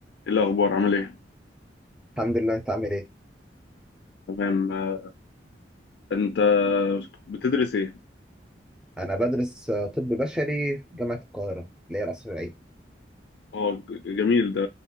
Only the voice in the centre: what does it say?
الحمد لله انت عامل ايه؟
انا بدرس آه، طب بشري في جامعة القاهرة اللي هي القصر العيني